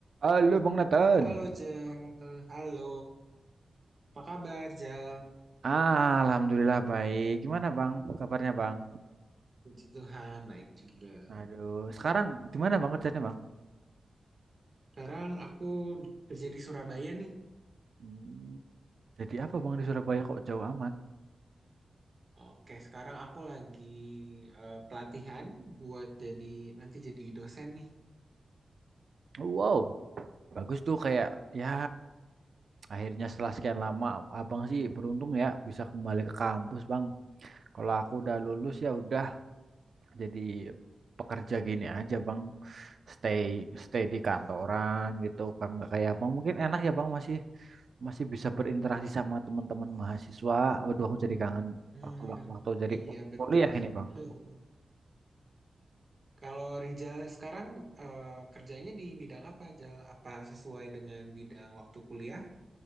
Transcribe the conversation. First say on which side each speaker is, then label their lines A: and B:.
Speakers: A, on the right; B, on the right.
A: Halo Bang Nathan.
B: Halo Jal, halo. Apa kabar Jal?
A: Ah, Alhamdulillah baik. Gimana Bang? Kabarnya Bang?
B: Puji Tuhan, baik juga.
A: Aduh, sekarang gimana Bang kerjanya Bang?
B: Sekarang aku kerja di Surabaya nih.
A: Hmm, jadi apa Bang di Surabaya kok jauh amat?
B: Oke, sekarang aku lagi eh, pelatihan buat jadi nanti jadi dosen nih.
A: Wow, bagus tuh kayak ya akhirnya setelah sekian lama Abang sih beruntung ya bisa kembali ke kampus Bang. Kalau aku udah lulus ya udah jadi pekerja gini aja Bang. Stay stay di kantoran gitu kan nggak kayak Abang mungkin enak ya Bang masih masih bisa berinteraksi sama teman-teman mahasiswa. Aduh, aku jadi kangen
B: Hmm,
A: waktu waktu, jadi
B: iya betul.
A: kuliah ini, Bang.
B: <laughs> Kalau Rijal sekarang eh, kerjanya di bidang apa Jal? Apa sesuai dengan bidang waktu kuliah?